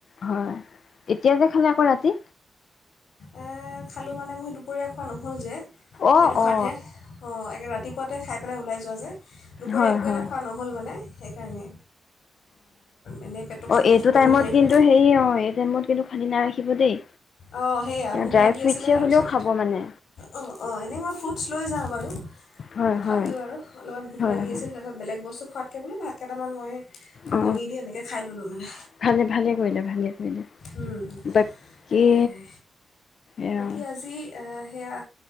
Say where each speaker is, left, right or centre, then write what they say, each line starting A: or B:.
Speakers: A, on the left; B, on the left.
A: হয়। এতিয়া যে খালে, আকৌ ৰাতি?
B: আ- খালোঁ মানে মোৰ দুপৰীয়া খোৱা নহ'ল যে।
A: অ
B: সেইটো কাৰণে।
A: অ
B: অ' একে ৰাতিপুৱাতে খাই পেলাই ওলাই যোৱা যে, দুপৰীয়া
A: হয়
B: একো
A: হয়
B: এটা খোৱা নহ'ল মানে। সেইকাৰণে। এনেই পেটটো
A: অ
B: খালী
A: এইটো
B: ৰাখিব
A: টাইমত
B: নোৱাৰি
A: কিন্তু
B: নহয়
A: হেৰি অ এই টাইমত কিন্তু খালি নাই৷ থাকিব দেই৷
B: অঁ সেয়া ভোক
A: ড্ৰাই
B: লাগি
A: ফ্ৰুইটছে
B: আছিলে তাৰপিছত
A: হ'লেও খাব মানে
B: অঁ - অঁ এনেই মই ফ্ৰুটছ লৈ যাওঁ বাৰু
A: হয়
B: তথাপিও
A: হয়
B: আৰু অলপমান ভোক
A: হয়
B: লাগি
A: হয়
B: আছিল তাৰপিছত বেলেগ বস্তু খোৱাত কেবোলো ভাত কেইটামান মই
A: অ
B: কণী দি এনেকে খাই ল'লোঁ মানে।
A: ভালে ভালে কৰিলে ভালে কৰিলে
B: উম।
A: বাকী
B: তাকেহে।
A: এয়া
B: বাকী আজি অ'- সেয়া